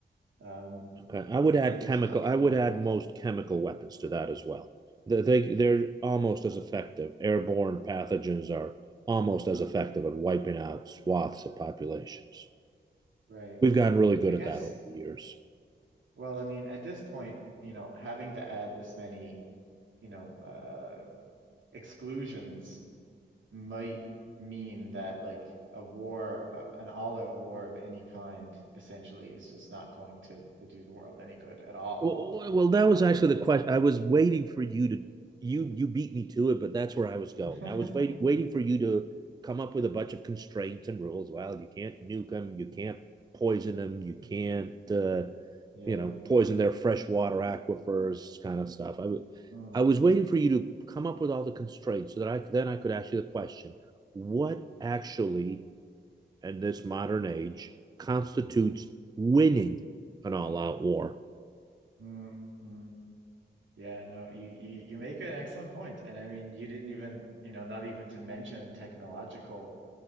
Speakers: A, on the right; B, on the right.
A: um,
B: Okay. I would
A: do you
B: add
A: think there's
B: chemical.
A: a country
B: I would
A: in the
B: add
A: world?
B: most chemical weapons to that as well. They, they they're almost as effective. Airborne pathogens are almost as effective at wiping out swaths of populations.
A: Right.
B: We've gotten really good
A: I
B: at
A: guess,
B: that over the years.
A: well, I mean, at this point, you know, having to add this many, you know, uh exclusions might mean that like a war, uh, an all-out war of any kind, essentially is just not going to to do the world any good at all.
B: Well, well, well, that
A: Um,
B: was actually the question. I was waiting for you to you you beat me to it, but that's where I was going.
A: <laughs>
B: I was waiting waiting for you to come up with a bunch of constraints and rules. Well, you can't nuke them, you can't poison them, you can't uh,
A: yeah.
B: you know poison their freshwater aquifers, kind of stuff. I was
A: Mm,
B: I was waiting for you to come up with all the constraints so that I then I could ask you the question: What actually, in this modern age, constitutes winning an all-out war?
A: mm, mm. Yeah, no, you, you you make an excellent point. And I mean, you didn't even, you know, not even to mention technological,